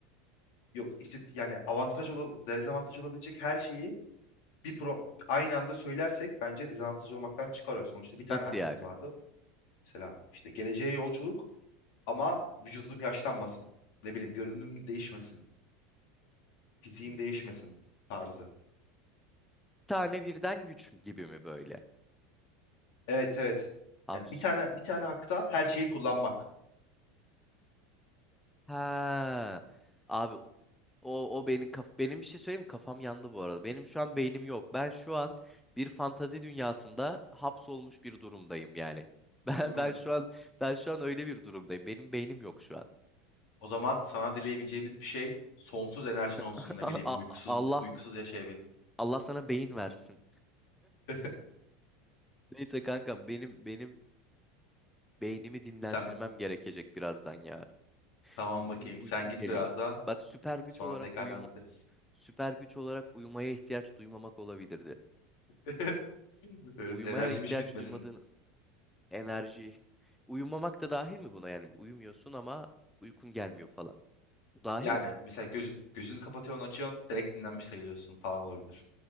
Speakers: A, on the left (about 70°); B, in the centre.
A: yok işte yani avantaj ol dezavantaj olabilecek her şeyi bir pro aynı anda söylersek bence dezavantaj olmaktan çıkar o. Sonuçta bir tane
B: Nasıl
A: hakkımız
B: yani?
A: vardı. Mesela işte geleceğe yolculuk Ama vücudum yaşlanmasın. Ne bileyim görünüm değişmesin. Fiziğim
B: Hı.
A: değişmesin tarzı.
B: tane birden güç mü- gibi mi böyle?
A: Evet evet.
B: Abi
A: Yani
B: süper.
A: bir tane bir tane hakta her şeyi kullanmak.
B: Ha. Abi o o o beni kaf benim bir şey söyleyeyim mi? Kafam yandı bu arada. Benim şu an beynim yok. Ben şu an bir fantazi dünyasında hapsolmuş bir durumdayım yani. <laughs> Ben
A: Değil
B: ben
A: mi?
B: şu an ben şu an öyle bir durumdayım. Benim beynim yok şu an.
A: O zaman sana dileyebileceğimiz bir şey sonsuz enerjin olsun
B: <laughs>
A: ne
B: A-
A: bileyim
B: a-
A: uykusuz
B: Allah
A: uykusuz yaşayabil.
B: Allah sana beyin versin.
A: <laughs>
B: Neyse kankam benim benim beynimi dinlendirmem
A: Sen
B: gerekecek birazdan ya.
A: tamam
B: Uykum
A: bakayım
B: uykum
A: sen git
B: geliyor.
A: biraz daha
B: Bak süper güç
A: sonra
B: olarak
A: tekrardan
B: uyum
A: biteriz.
B: Süper güç olarak uyumaya ihtiyaç duymamak olabilirdi.
A: <laughs> Evet
B: Uyumaya
A: enerjim
B: ihtiyaç
A: hiç bitmesin.
B: duymadığın enerji, uyumamak da dahil mi buna yani? Uyumuyorsun ama uykun gelmiyor falan. Bu Dahil
A: Yani
B: mi?
A: mesela gözün gözünü kapatıyorsun açıyorsun direkt dinlenmiş sayılıyorsun falan olabilir.